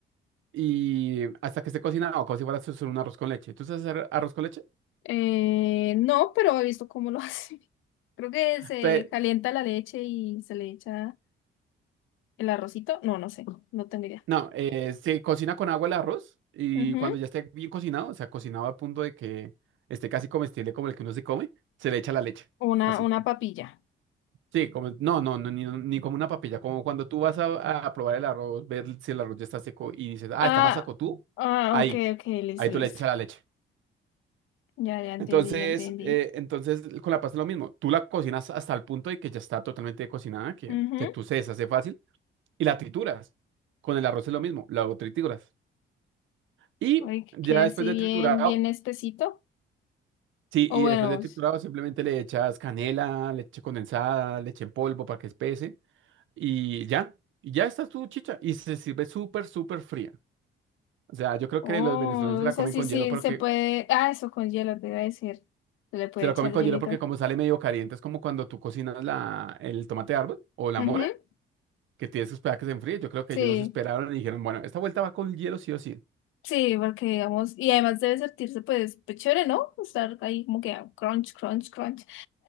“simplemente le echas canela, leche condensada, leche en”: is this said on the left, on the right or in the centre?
Right